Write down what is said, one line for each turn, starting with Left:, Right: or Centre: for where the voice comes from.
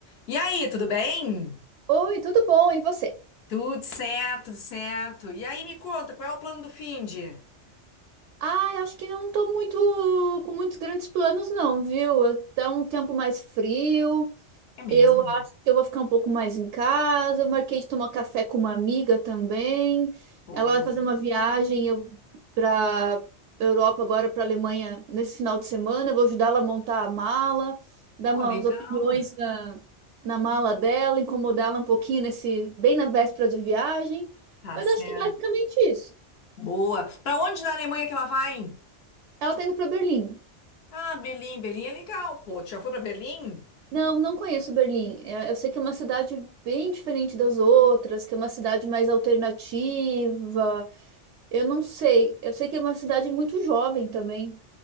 Left: E aí, tudo bem?
Right: Oi, tudo bom? E você?
Left: Tudo certo, tudo certo. E aí, me conta, qual é o plano do finde?
Right: Ah, eu acho que não tô muito com muitos grandes planos, não, viu? Tá um tempo mais frio.
Left: É mesmo?
Right: Eu acho que eu vou ficar um pouco mais em casa. Eu marquei de tomar café com uma amiga também.
Left: Boa.
Right: Ela vai fazer uma viagem eu para Europa agora, para Alemanha, nesse final de semana. Eu vou ajudar ela a montar a mala, dar
Left: Pô,
Right: umas
Left: legal.
Right: opiniões na, na mala dela, incomodá-la um pouquinho nesse bem na véspera de viagem.
Left: Tá
Right: Mas
Left: certo.
Right: acho que é basicamente isso.
Left: Boa. Pra onde na Alemanha que ela vai?
Right: Ela tá indo pra Berlim.
Left: Ah, Berlim. Berlim é legal, pô. Tu já foi pra Berlim?
Right: Não, não conheço Berlim. É, Eu sei que é uma cidade bem diferente das outras, que é uma cidade mais alternativa. Eu não sei. Eu sei que é uma cidade muito jovem também.